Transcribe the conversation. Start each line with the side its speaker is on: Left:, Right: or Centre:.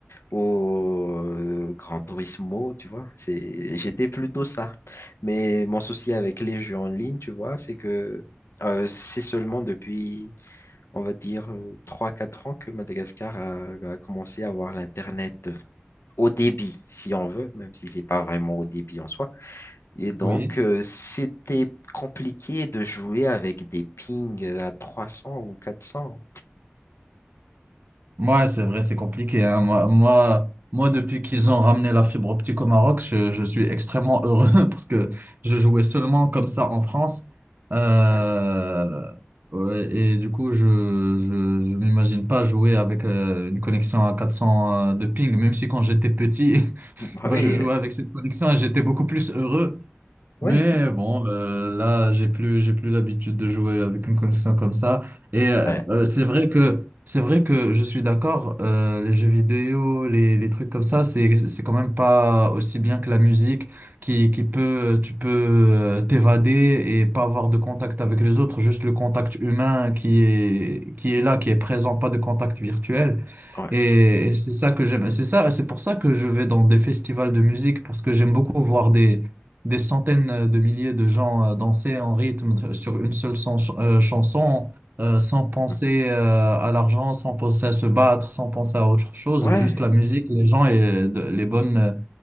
Left: au euh, Gran Turismo, tu vois. C'est, j'étais plutôt ça. Mais mon souci avec les jeux en ligne, tu vois, c'est que euh, c'est seulement depuis, on va dire, euh, trois quatre ans que Madagascar a, a commencé à avoir l'Internet euh, au débit, si on veut, même si c'est pas vraiment au débit en soi. Et donc,
Right: Oui.
Left: euh, c'était compliqué de jouer avec des pings euh, à trois cents ou 400.
Right: Moi, c'est vrai, c'est compliqué, hein. Moi, moi, moi, depuis qu'ils ont ramené la fibre optique au Maroc, je, je suis extrêmement heureux <laughs> parce que je jouais seulement comme ça en France. Euh,
Left: Ouais. <laughs>
Right: ouais, et du coup, je, je, je m'imagine pas jouer avec euh, une connexion à quatre cents euh, de ping, même si quand j'étais petit, <laughs>
Left: Bah
Right: bah,
Left: oui,
Right: je jouais
Left: euh,
Right: avec cette connexion et j'étais beaucoup plus heureux.
Left: ouais.
Right: Mais bon, euh, là, j'ai plus, j'ai plus l'habitude de jouer avec une connexion comme ça. Et euh,
Left: Ouais.
Right: euh, c'est vrai que, c'est vrai que je suis d'accord. euh, les jeux vidéo, les, les trucs comme ça, c'est, c'est quand même pas aussi bien que la musique, qui, qui peut, tu peux euh, t'évader et pas avoir de contact avec les autres, juste le contact humain qui est, qui est là, qui est présent, pas de contact virtuel.
Left: Ouais.
Right: Et, et c'est ça que j'aime. C'est ça, c'est pour ça que je vais dans des festivals de musique parce que j'aime beaucoup voir des des centaines euh, de milliers de gens euh, danser en rythme euh, sur une seule chan- euh, chanson, euh, sans penser
Left: Ouais.
Right: euh, à l'argent, sans penser à se battre, sans penser à autre chose,
Left: Ouais.
Right: juste la musique, les gens et de- les bonnes, euh,